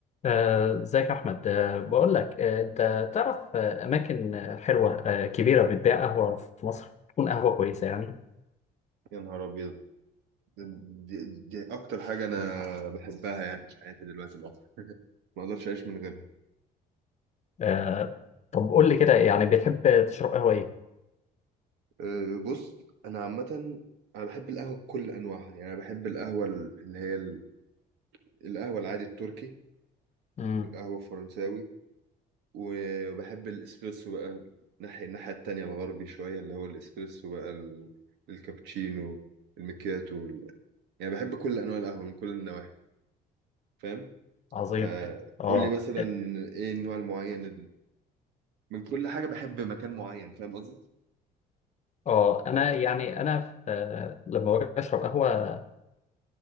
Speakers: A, on the left (about 40°); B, on the right (about 85°).
A: آه، ازيك يا احمد آه، بقول لك آه، انت تعرف آه، اماكن آه، حلوه آه، كبيره بتبيع قهوه في مصر تكون قهوه كويسه يعني
B: يا نهار ابيض دي, دي اكتر حاجه انا بحبها يعني في حياتي دلوقتي بقى <laughs> ما اقدرش اعيش من غيرها
A: آه، طب قول لي كده يعني بتحب تشرب قهوه ايه
B: أه، بص انا عامه انا بحب القهوه بكل انواعها يعني انا بحب القهوه ال- اللي هي ال- القهوه العادي التركي
A: امم
B: والقهوه الفرنساوي وبحب الاسبريسو بقى ناحية الناحيه التانية الغربي شويه اللي هو الاسبريسو بقى ال- الكابتشينو المكياتو ال- يعني بحب كل انواع القهوه من كل النواحي فاهم
A: عظيم
B: فقول
A: اه
B: لي مثلا ايه النوع المعين من كل حاجة بحب مكان معين فاهم قصدي؟
A: اه انا يعني انا في آه، لما باجي اشرب قهوه